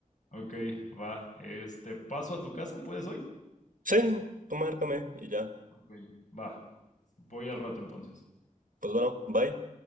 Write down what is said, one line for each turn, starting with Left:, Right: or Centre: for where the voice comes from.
Left: Ok, va. Este, ¿paso a tu casa? ¿Puedes hoy?
Right: Sí, tú márcame y ya.
Left: Ok. Va. Voy al rato entonces.
Right: Pues bueno, bye.